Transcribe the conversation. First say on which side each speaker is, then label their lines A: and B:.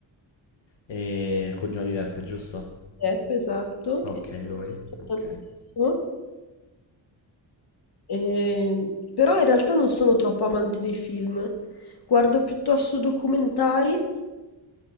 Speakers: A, on the left (about 75°); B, on the left (about 55°).
A: eh, con Johnny Depp, giusto?
B: Depp, esatto,
A: Ok,
B: e mi è piaciuto
A: lui, ok.
B: tantissimo. Ehm, però in realtà non sono troppo amante dei film. Guardo piuttosto documentari.